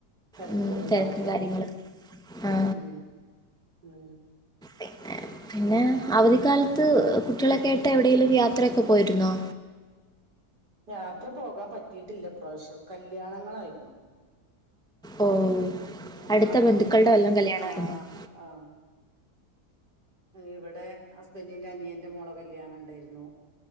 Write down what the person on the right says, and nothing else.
തിരക്കുകൾ
ഉണ്ടാവൂല്ലേ
ഉം ഉം
യാത്ര പോകാൻ പറ്റിട്ടില്ല ഇപ്രാശ്യം കല്യാണങ്ങളായിരുന്നു
മൂന്നാല്
വീട്ടില്
ആഹ്
ആഹ് ഇവിടെ ഹസ്ബന്റിന്റെ അനിയന്റെ മോളെ കല്യാണം ണ്ടേര്ന്നു